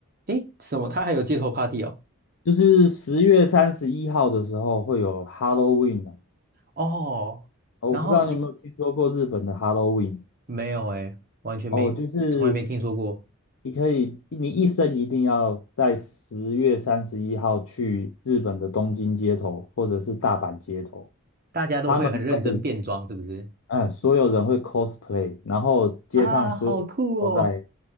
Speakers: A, on the right (about 40°); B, on the left (about 65°).
A: 诶，什么？他还有街头 party 哦？
B: 就是十月三十一号的时候会有 Halloween 啊，
A: 哦，
B: 哦我不知道你有没有听说过日本的
A: 然后你
B: Halloween。
A: 没有诶，完全没，
B: 哦，就是
A: 从来没听说过。
B: 你可以，你一生一定要在十月三十一号去日本的东京街头或者是大阪街头，
A: 大家都会很认真变装，
B: 他们会，
A: 是不是？
B: 嗯，所有人会 cosplay，然后街上所有都在
A: 啊，好酷哦！